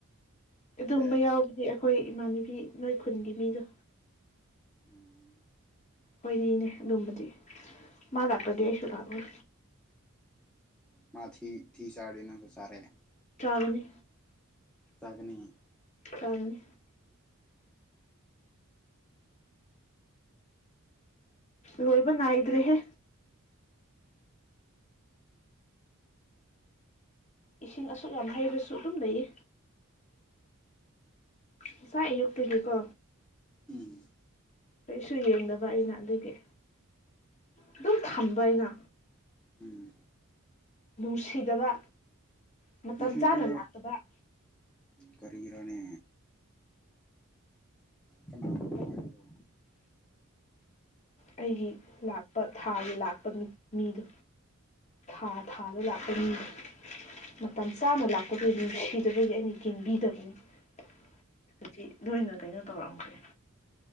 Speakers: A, on the left (about 35°); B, in the centre.
A: ꯑꯗꯨꯒꯨꯝꯕ
B: ꯑꯦ
A: ꯌꯥꯎ ꯍꯥꯏꯗꯤ ꯑꯩꯈꯣꯏ ꯏꯃꯥꯟꯅꯕꯤ ꯅꯣꯏ ꯈꯨꯟꯒꯤ ꯃꯤꯗꯣ
B: ꯎꯝ
A: ꯈꯣꯏꯅꯤꯅꯦ ꯑꯗꯨꯝꯕꯗꯤ ꯃꯥ ꯂꯥꯛꯇꯗꯤ ꯑꯩꯁꯨ ꯂꯥꯛꯑꯣꯏ
B: ꯃꯥ <unintelligible> ꯆꯥꯔꯗꯤ ꯅꯪꯁꯨ ꯆꯥꯔꯦ
A: ꯆꯥꯒꯅꯤ
B: ꯆꯥꯒꯅꯤ
A: ꯆꯥꯒꯅꯤ ꯂꯣꯏꯕ ꯅꯥꯏꯗ꯭ꯔꯦꯍꯦ ꯏꯁꯤꯡ ꯑꯁꯨꯛ ꯌꯥꯝ ꯍꯩꯕꯁꯨ ꯑꯗꯨꯝ ꯂꯩꯌꯦ ꯉꯁꯥꯏ ꯑꯌꯨꯛ ꯇꯒꯤꯀꯣ
B: ꯎꯝ
A: ꯀꯩꯁꯨ ꯌꯦꯡꯗꯕ ꯑꯩꯅ ꯑꯗꯨꯒꯤ ꯑꯗꯨꯝ ꯊꯝꯕ ꯑꯩꯅ
B: ꯎꯝ
A: ꯅꯨꯡꯁꯤꯗꯕ ꯃꯇꯝ
B: ꯅꯨꯡꯁꯤꯗ꯭ꯔꯣ
A: ꯆꯥꯅ ꯂꯥꯛꯇꯕ
B: ꯀꯔꯤꯔꯅꯦ ꯀꯅꯥꯅꯣ
A: <unintelligible>
B: ꯍꯥꯏꯕꯗꯣ
A: ꯑꯩꯒꯤ ꯂꯥꯛꯄ ꯊꯥꯒꯤ ꯂꯥꯛꯄ ꯅꯨ ꯃꯤꯗꯣ ꯊꯥ ꯊꯥꯗ ꯂꯥꯛꯄ ꯃꯤꯗꯣ ꯃꯇꯝ ꯆꯥꯅ ꯂꯥꯛꯇꯕꯩ ꯅꯨꯡꯁꯤꯗꯕꯒꯤ ꯑꯩꯅ ꯌꯦꯡꯕꯤꯗꯕ ꯑꯩꯅ ꯂꯣꯏꯅ ꯀꯩꯅꯣ ꯇꯧꯔꯝꯈ꯭ꯔꯦ